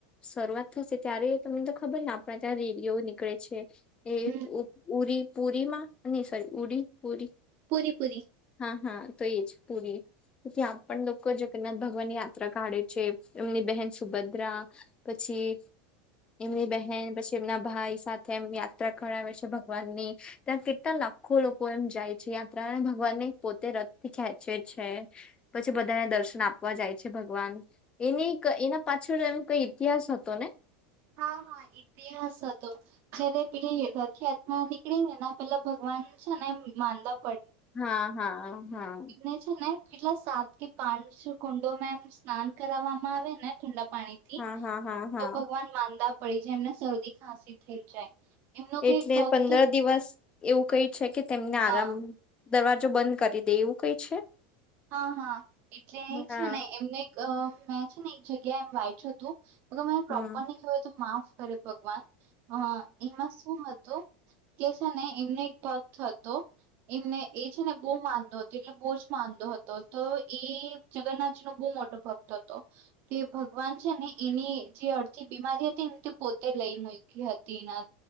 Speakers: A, on the left; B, on the right.
A: શરૂઆત થશે ત્યારે તમને તો ખબર ને આપણા ત્યાં રેલીઓ નીકળે છે. એ
B: હમ્મ
A: ઉરી પુરી માં ન સોરી ઉરી પૂરી
B: પૂરી-પૂરી.
A: હા હા તો એ જ પૂરી ત્યાં પણ લોકો જગન્નાથ ભગવાનની યાત્રા કાઢે છે. એમની બહેન સુભદ્રા પછી એમની બેહેન પછી એમના ભાઈ સાથે એમ યાત્રા કરાવે છે ભગવાનની ત્યાં કેટલા લ આખો લોકો એમ જાય છે, યાત્રણ ભગવાન ને પોતે રથ થી ખેંચે છે પછી બધા દર્શન આપવા જાય છે, ભગવાન એની એના પાછળ એમ કઈ ઇતિહાસ હતો ને? <unintelligible>
B: હા હા, ઇતિહાસ હતો જયારે પે ખ્યાતમાં નીકળી ને પેલા ભગવાન છે, ને માદા
A: હા હા હા
B: સિગ્નેચર ને કેટલા સાત કે પાંચ કુંડોમાં એમ સ્નાન કરવામાં આવે ને ઠંડા પાણીથી
A: હા હા હા હા હા.
B: તો ભગવાન માંદા પડી જે એમને શરદી ખાંસી થઈ જાય, એમનો કોઈ
A: એટલે
B: ભક્ત
A: પંદર દિવસ એવું કઈ છે કે તેમને આરામ
B: હા
A: દરવાજો બંધ કરી દે એવું કઈ છે,
B: હા હા એટલે
A: હા.
B: છે ને એમને અ મેં છે ને એક જગ્યાએ એ વાઈટ હતું અગ મે
A: હમ
B: પ્રોપર ન કય તો માફ કરે પગવાન. હા એમાં શું હતું કે છે ને એમનો એક પગ હતો એમને એ છે ને બહુ માદો હતો એટલે બહુ જ માદો હત તો એ જગન્નાથજી નો બહુ મોટો ભક્ત હતો તે ભગવાન છે ને એની જે અડધી બીમારી હતી ને તે પોતે લઈ મુકી હતી એના